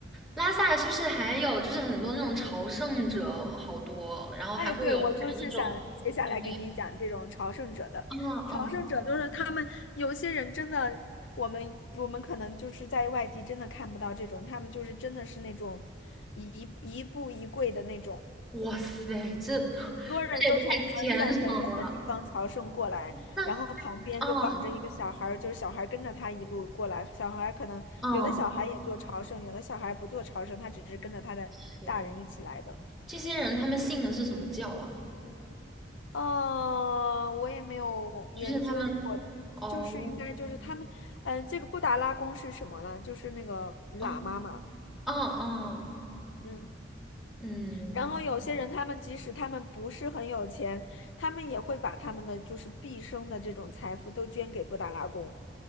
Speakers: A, in the centre; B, on the left.
A: 拉萨是不是还有就是很多那种朝圣者哦好多哦然后还会有什么那种，
B: 哎，对，我就是想接下来跟你讲这种朝圣者的，
A: 对，嗯嗯，
B: 朝圣者就是他们有些人真的，我们我们可能就是在外地真的看不到这种，他们就是真的是那种一一步一跪的那种。
A: 哇塞，这这也太虔诚了。
B: 多人就从很远很远的地方朝圣过来，
A: 那
B: 然后旁边就绑着一个小孩儿，
A: 嗯
B: 就是小孩儿跟着他一路过来。小孩儿可能有的小孩也做朝圣，
A: 嗯，
B: 有的小孩不做朝圣，他只是跟着他的大人一起来的。
A: 天，这些人他们信的是什么教啊？
B: 嗯，我也没有研究过，
A: 就是他们。哦，
B: 就是应该就是他们，嗯、这个布达拉宫是什么呢？就是那个喇嘛嘛，
A: 哦，哦，哦，
B: 嗯。
A: 嗯，
B: 然后有些人，他们即使他们不是很有钱，他们也会把他们的就是毕生的这种财富都捐给布达拉宫。